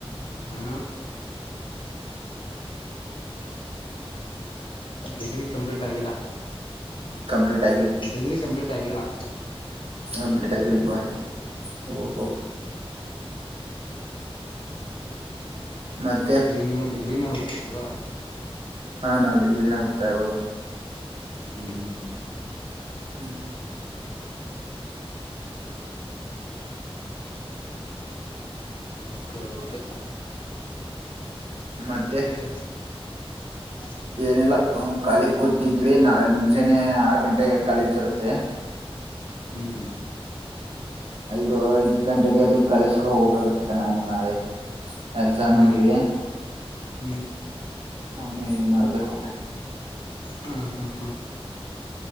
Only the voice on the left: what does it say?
ಹ ಡಿಗ್ರಿ ಕಂಪ್ಲೀಟ್ ಆಗಿಲ್ಲ.
ಡಿಗ್ರಿ ಕಂಪ್ಲೀಟ್ ಆಗಿಲ್ಲ.
ಹ್ಮ್
ಈಗ ನೀವು ಡಿಗ್ರಿನೇ ಹೋಗ್ತಿರಲ್ವಾ.
ಹ್ಮ್ ಹ್ಮ್ ಹ್ಮ್
ಓಕೆ ಓಕೆ.
ಹೇಳಿ <inaudible>
ಹೇಳ್ಬೇಕು
ಹ್ಮ್
ಹಾ
ಹ್ಮ್
ಹ್ಮ್ ಹ್ಮ್ ಹ್ಮ್